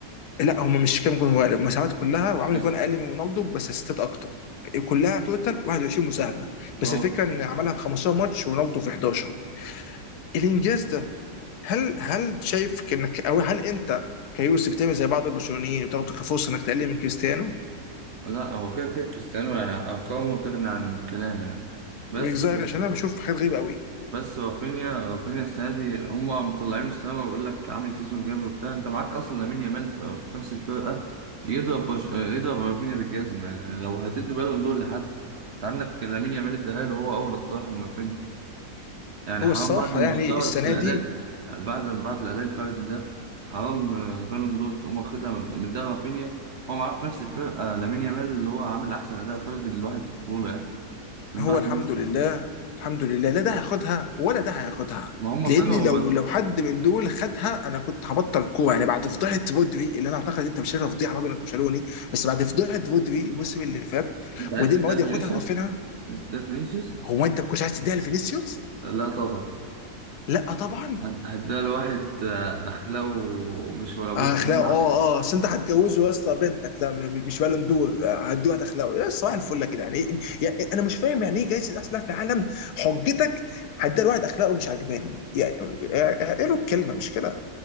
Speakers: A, on the left (about 80°); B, on the right (about 55°).
A: لا هم مش كام جون هو المساهمات كلها وعمل
B: بس
A: جون اقل من رونالدو بس اسيستات اكتر كلها توتال 21 مساهمه بس
B: اه
A: الفكره ان عملها في 15 ماتش ورونالدو في 11 الانجاز ده هل هل شايف انك او هل انت كيوسف بتعمل زي بعض البرشلونيين وتاخده كفرصه انك تقلل من كريستيانو
B: لا هو كده كده كريستيانو يعني ارقامه تغني عن الكلام يعني بس
A: من رأيك؟ عشان انا بشوف حاجات غريبه قوي
B: بس رافينيا رافينيا السنه دي هم مطلعين السما ويقول لك عامل سيزون جامد وبتاع انت معاك اصلا لامين يامال في نفس الفرقه يضرب بش... يضرب رافينيا بالجزمه يعني لو هتدي بالون دور لحد انت عندك لامين يامال اداها له هو اولى الصراحه من رافينيا يعني
A: هو
B: حرام
A: الصراحه
B: بعد المستوى
A: يعني السنه
B: الأداء
A: دي
B: بعد بعد الأداء الفردي ده حرام البالون دور تقوم واخدها من ده رافينيا هو معاه في نفس الفرقة آه، لامين يامال اللي هو عامل أحسن أداء فردي للواحد في البطولة يعني من
A: هو
B: بعد
A: الحمد
B: ميسي
A: لله الحمد لله لا ده هياخدها ولا ده هياخدها
B: ما هم
A: لان
B: طلعوا
A: لو
B: بس
A: لو حد من دول خدها انا كنت هبطل كوره يعني بعد فضيحه رودري اللي انا اعتقد انت مش شايفها فضيحه راجل برشلوني بس بعد فضيحه رودري الموسم اللي فات
B: أنت عايز
A: ودي
B: تديها
A: المواد
B: لفينيسيوس؟
A: ياخدها وقفلها
B: عايز تديها لفينيسيوس؟
A: هو انت ما كنتش عايز تديها لفينيسيوس؟
B: لا طبعا
A: لا طبعا
B: هت- هتديها لواحد آه، أخلاقه مش ولا بد
A: اخلاقه
B: في الملعب
A: اه اه اصل انت هتجوزه يا اسطى بنتك ده م- مش بالون دور هتدوق اخلاقه يا اسطى. صباح الفل يا جدعان يعني, إيه؟ يعني انا مش فاهم يعني ايه جايزه احسن لاعب في العالم حجتك هتديها لواحد اخلاقه مش عجباني يعني يعني ايه له الكلمه مش كده